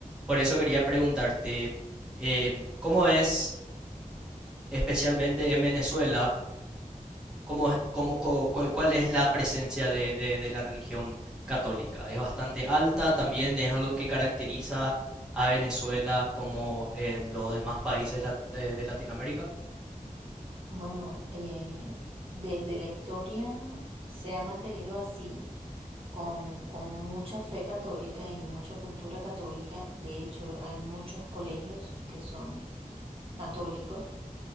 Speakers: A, in the centre; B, on the right.
A: Por eso quería preguntarte, em, ¿cómo es, especialmente en Venezuela, cómo, es- cómo- co- cu- cuál es la presencia de, de- de la religión católica? ¿Es bastante alta? ¿También es algo que caracteriza a Venezuela como en los demás países lat- de, de Latinoamérica?
B: Bueno, eh, desde la historia se ha mantenido así, con, con mucha fe católica y mucha cultura católica. De hecho, hay muchos colegios que son católicos.